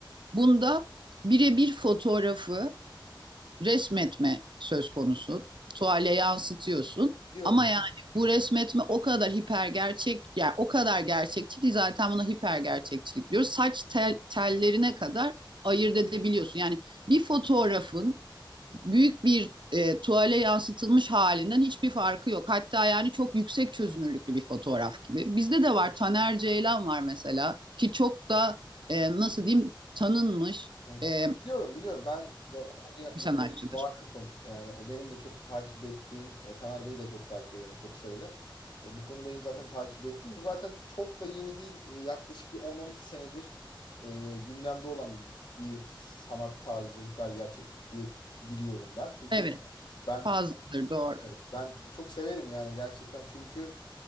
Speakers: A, on the right; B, on the left.
A: Bunda birebir fotoğrafı resmetme söz konusu. Tuvale yansıtıyorsun.
B: Biliyorum.
A: Ama yani bu resmetme o kadar hiper gerçek, yani o kadar gerçekçi ki zaten buna hiper gerçekçilik diyoruz. Saç tel- tellerine kadar ayırt edebiliyorsun. Yani bir fotoğrafın büyük bir e, tuvale yansıtılmış halinden hiçbir farkı yok. Hatta yani çok yüksek çözünürlüklü bir fotoğraf gibi. Bizde de var Taner Ceylan var mesela ki çok da e, nasıl diyeyim tanınmış
B: Hı hı.
A: e,
B: Biliyorum, biliyorum. Ben de o konuya,
A: bir
B: o
A: sanatçıdır.
B: konuya vakıfım. Yani o benim de çok takip ettiğim, e, Taner Bey'i de çok takip ederim, çok severim. E, bu konu benim zaten takip ettiğim. Bu zaten çok da yeni değil. E, yaklaşık bir 10-12 senedir e, gündemde olan bir sanat tarzı hiper gerçeklik diye biliyorum ben. Çünkü
A: Evet
B: ben
A: fazladır
B: e,
A: doğru.
B: Evet, ben çok severim yani gerçekten çünkü